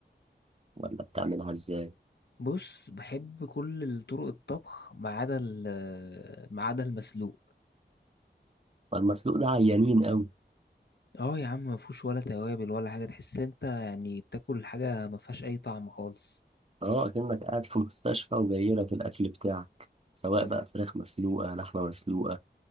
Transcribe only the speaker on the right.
ولا بتعملها ازاي
فالمسلوق ده عيانين قوي
اه كأنك قاعد في مستشفى وجاي لك الأكل بتاعك سواء
بقى فراخ مسلوقة لحمة مسلوقة